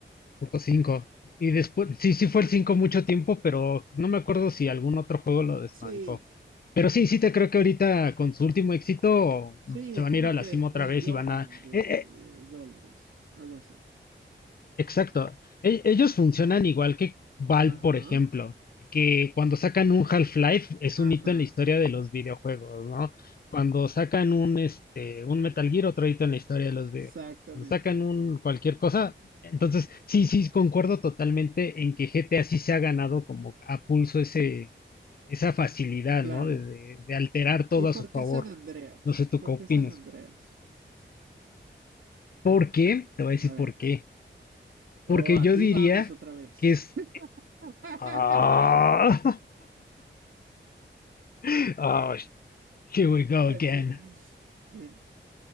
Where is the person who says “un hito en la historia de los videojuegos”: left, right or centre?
Left